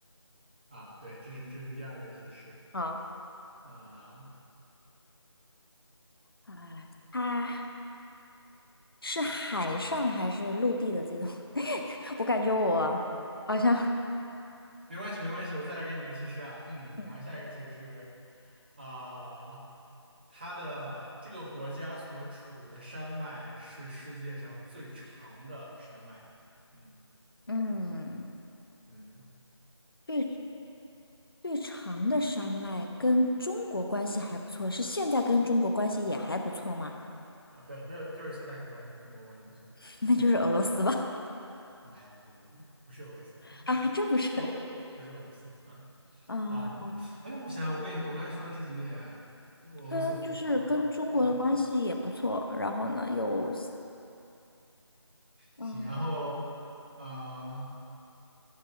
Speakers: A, on the right; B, on the left.
A: 啊，对，这是这是第二个提示
B: 好，
A: 啊。
B: <laughs> 哎，啊。是海上还是陆地的这种？<laughs> 我感觉我好像
A: 没关系，没关系，我再来给你个提示啊。嗯，
B: <laughs>，嗯
A: 然后下一个提示啊，它的这个国家所处的山脉是世界上最长的山脉。嗯
B: 嗯，
A: 嗯
B: 最最长的山脉跟中国关系还不错，是现在跟中国关系也还不错吗？
A: 啊，对，就是就是现在跟关系中国关系不错。
B: <laughs>
A: 嗯，
B: 那就是俄罗斯吧？
A: 没不不不不不是俄罗斯，不是俄罗斯，
B: <laughs> 啊，还真不是。
A: 俄不是俄罗斯啊
B: 嗯，
A: 啊那哎，我想想，我跟你我刚才说的这几点，俄罗斯符合吗？
B: 跟就是跟中国的关系也不错，
A: 嗯，
B: 然后呢有，嗯
A: 行，然后啊。